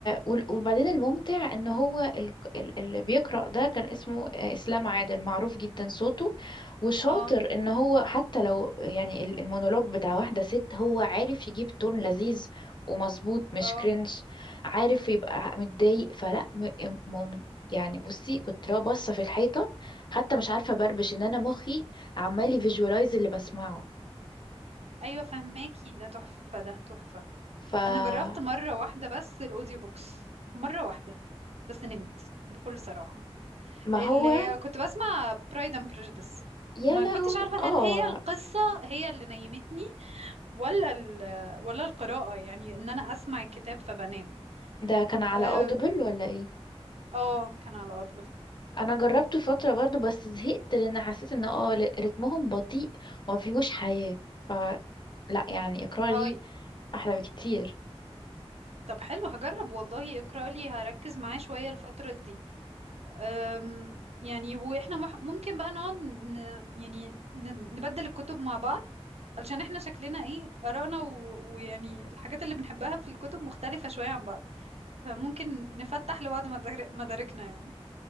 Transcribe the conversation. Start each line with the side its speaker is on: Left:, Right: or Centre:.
Left: وال- وبعدين الممتع ان هو ال... ال- اللي بيقرأ ده كان اسمه آه، اسلام عادل معروف جدا صوته وشاطر
Right: اه
Left: ان هو حتى لو يعني ال- المونولوج بتاع واحدة ست هو عارف يجيب تون لذيذ ومظبوط مش
Right: اه
Left: كرنج عارف يبقى متضايق فلا م... مم... يعني بصي كنت لو باصة في الحيطة حتى مش عارفة بربش ان انا مخي عمال يفيجوالايز اللي بسمعه
Right: ايوه فهماكي ده تحفه ده تحفه
Left: فما
Right: انا جربت مره واحده بس الاوديو بوكس مره واحده بس نمت بكل صراحه
Left: هو
Right: اللي هي كنت بسمع برايد اند بريجديس
Left: يا
Right: ما
Left: لهوي
Right: كنتش عارفه
Left: اه
Right: هل هي القصه هي اللي نيمتني ولا ال ولا القراءه يعني ان انا اسمع الكتاب فبنام
Left: ده كان على
Right: اه
Left: اوديبل ولا ايه
Right: آه، كان على اودبل
Left: انا جربته فتره برضو بس زهقت لان حسيت ان اه ل- رتمهم بطيء وما فيهوش حياه ف لا يعني اقرا
Right: اه
Left: لي احلى بكتير
Right: طب حلو هجرب والله اقرا لي هركز معاه شويه الفتره دي أم، يعني واحنا مح- ممكن بقى نقعد ن... يعني ن- نبدل الكتب مع بعض علشان احنا شكلنا ايه آرائنا و... ويعني الحاجات اللي بنحبها في الكتب مختلفة شوية عن بعض فممكن نفتح لبعض مدار- مداركنا يعني